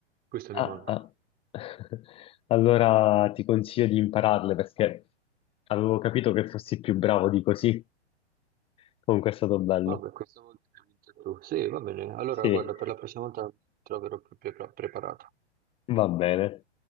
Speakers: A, on the right; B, on the left.
A: Questo
B: Ah,
A: mi manca.
B: ah. <laughs> Allora ti consiglio di impararle perché avevo capito che fossi più bravo di così. Comunque è stato bello.
A: Vabbè, questo tu. Sì, va bene. Allora,
B: Sì,
A: guarda, per la prossima volta troverò più pre- preparato.
B: va bene.